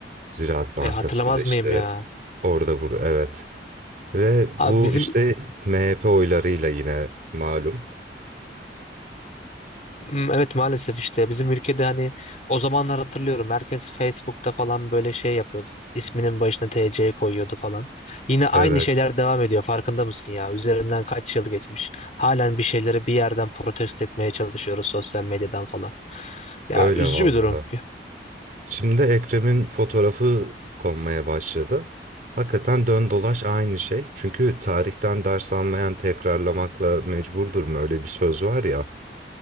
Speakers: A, on the right (about 50°); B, on the left (about 40°).
A: Ziraat Bankası'nda
B: hatırlamaz
A: işte
B: mıyım ya?
A: orada burada evet. Ve bu
B: Abi bizim
A: işte MHP oylarıyla yine malum.
B: Hmm, Evet maalesef işte bizim ülkede hani o zamanlar hatırlıyorum herkes Facebook'ta falan böyle şey yapıyordu. İsminin başına TC koyuyordu falan. Yine aynı
A: Evet,
B: şeyler devam ediyor farkında mısın ya? Üzerinden kaç yıl geçmiş. Halen bir şeyleri bir yerden protesto etmeye çalışıyoruz sosyal medyadan falan. Ya
A: öyle
B: üzücü
A: vallahi.
B: bir durum.
A: Şimdi Ekrem'in fotoğrafı konmaya başladı. Hakikaten dön dolaş aynı şey. Çünkü tarihten ders almayan tekrarlamakla mecburdur mu öyle bir söz var ya.